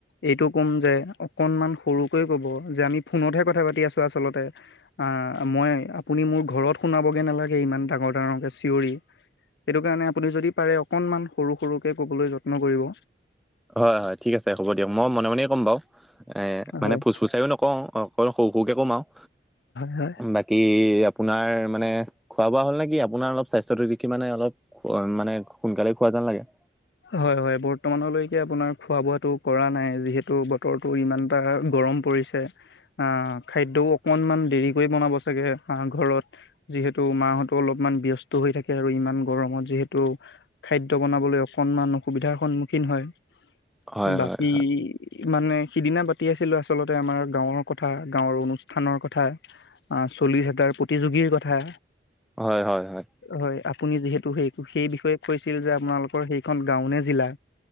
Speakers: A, on the left; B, in the centre.
A: এইটো- কম যে অকনমান সৰুকৈ কব যে আমি ফোনতহে পাতি আছো আচলতে আ- মই আপুনি মোৰ ঘৰত শুনাবগে নালাগে ইমান ডাঙৰ ডাঙৰকে চিঞৰি- সেইটো কাৰণে আপুনি যদি পাৰে অকনমান সৰু সৰুকে কবলৈ যত্ন কৰিব।
B: হয় হয় ঠিক আছে হ'ব দিয়ক মই মনে মনে ক'ম বাও এ মানে
A: হয়
B: ফোচ ফুচাইও নকও অকল সৰু সৰুকে কম আও-
A: হয়
B: বাকী আপোনাৰ মানে খোৱা বোৱা হ'ল নে কি আপোনাৰ অলপ- স্বাস্থ্যটো দেখি মানে অলপ মানে সোনকালে খোৱা যেন লাগে
A: হয় হয় বৰ্তমানলৈকে আপোনাৰ খোৱা বোৱাটো কৰা নাই যিহেতু বতৰতো ইমানটা গৰ- ম পৰিছে আ খাদ্যও অকনমান দেৰিকৈ বনাব ছাগে অ ঘৰত যি- যিহেতু মাহতো অলপমান ব্যস্ত হৈ থাকে আৰু ইমান গৰমত যিহেতু খাদ্য বনাবলৈ অ- কনমান অসুবিধাৰ সন্মুখীন হয়
B: হয়
A: বাকী।
B: হয়।
A: মানে সিদিনা পাতি আছিলো আচলতে আমাৰ গাঁৱৰ কথা গাঁৱৰ অনুষ্ঠানৰ কথা। চল্লিশ হাজাৰ প্ৰতিযোগীৰ কথা।
B: হয় হয় হয়
A: হয় আপুনি যিহেতু সেই সেই বিষয়ে কৈছিল যে আপোনালোকৰ সেইখন গাঁওনে জিলা